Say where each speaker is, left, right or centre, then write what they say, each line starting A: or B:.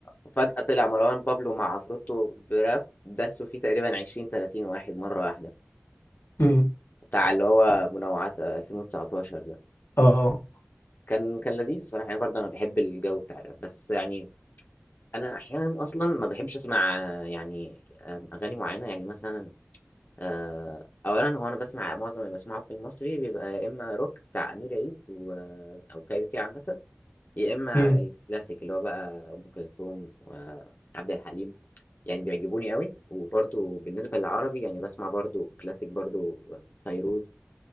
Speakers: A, on the left; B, on the left.
A: وفجأة طلع مروان بابلو مع عفروتو براب دسوا فيه تقريبا عشرين تلاتين واحد مرة واحدة
B: أمم،
A: بتاع اللي هو منوعات ألفين وتسعتاشر ده
B: اه
A: كان كان لذيذ بصراحة يعني برضه أنا بحب الجو بتاع الراب بس يعني أنا أحيانا أصلا ما بحبش أسمع آه، يعني آم، أغاني معينة يعني مثلا آه، أولا هو أنا بسمع معظم اللي بسمعه في المصري بيبقى يا إما روك بتاع أمير عيد و... أو كايروكي عامة يا إما
B: أمم،
A: الكلاسيك اللي هو بقى أم كلثوم وعبد الحليم يعني بيعجبوني قوي وبرضو بالنسبة للعربي يعني بسمع برضو كلاسيك برضو فيروز